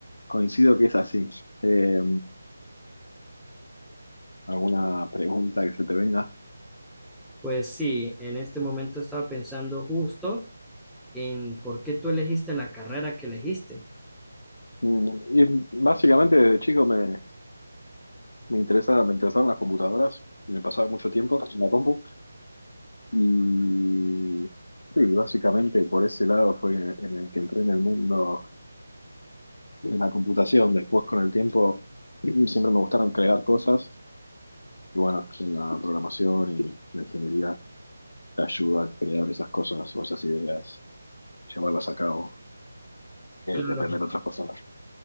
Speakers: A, on the left; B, in the centre.
A: Coincido que es así. Eh, ¿alguna pregunta que se te venga?
B: Pues sí, en este momento estaba pensando justo en por qué tú elegiste la carrera que elegiste.
A: Mm, y básicamente de chico me, me interesa, me interesaron las computadoras y me pasaba mucho tiempo en la compu. Y sí, básicamente por ese lado fue en el que entré en el mundo de la computación. Después con el tiempo siempre me gustaron crear cosas Y bueno, pues, en la programación y la ingeniería te ayuda a crear esas cosas o esas ideas, llevarlas a cabo, eh,
B: Claro,
A: depender de otras personas.